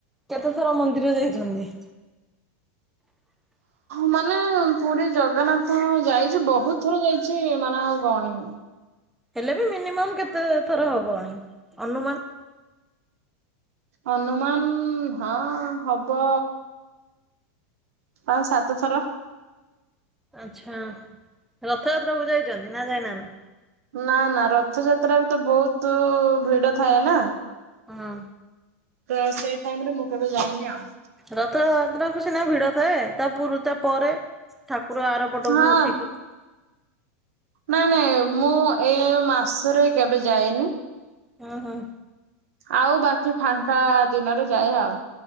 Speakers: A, in the centre; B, on the right.
A: କେତେଥର ମନ୍ଦିର ଯାଇଛନ୍ତି? <unintelligible>
B: ମାନେ ପୁରୀ ଜଗନ୍ନାଥ ଯାଇଛି ବହୁତ ଥର ଯାଇଛି ମାନେ ଆଉ ଗଣିନୁ।
A: ହେଲେ ବି ମିନିମମ୍ କେତେ ଥର ହବ ଅନୁମାନ?
B: ଅନୁମାନ ହଁ ହବ ପାଞ୍ଚ ସାତଥର।
A: ଆଛା ରଥଯାତ୍ରାକୁ ଯାଇଛନ୍ତି ନା ଯାଇନାହାନ୍ତି?
B: ନା ନା ରଥଯାତ୍ରାରେ ତ ବହୁତ ଭିଡ ଥାଏ ନା!
A: ହୁଁ
B: ତ ସେଇ ଟାଇମ ରେ ମୁଁ କେବେ ଯାଇନି ଆଉ।
A: ରଥଯାତ୍ରକୁ ସିନା ଭିଡ ଥାଏ ତା ପୁରୁ ତା ପରେ ଠାକୁର ଆର, ପଟକୁ
B: ହଁ
A: ଥିବେ।
B: ନାଇଁ ନାଇଁ ମୁଁ ଏ ମାସରେ କେବେ ଯାଏନି।
A: ହୁଁ ହୁଁ।
B: ଆଉ ବାକି ଫାଙ୍କା ଦିନରେ ଯାଏ ଆଉ।